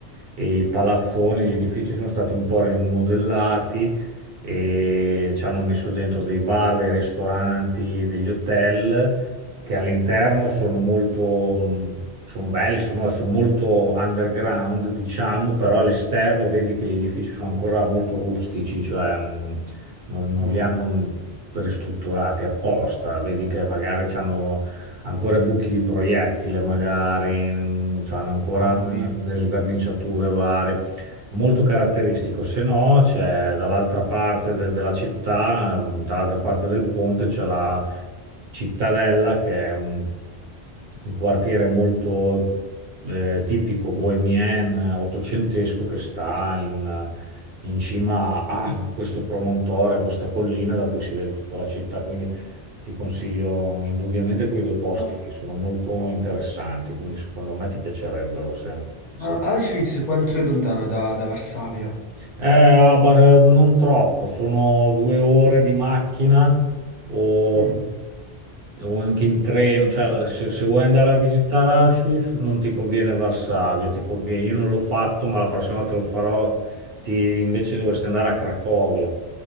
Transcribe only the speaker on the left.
Mm,
mamma mia.
Ma
ma Auschwitz quanto è lontano da, da Varsavia?
Mm.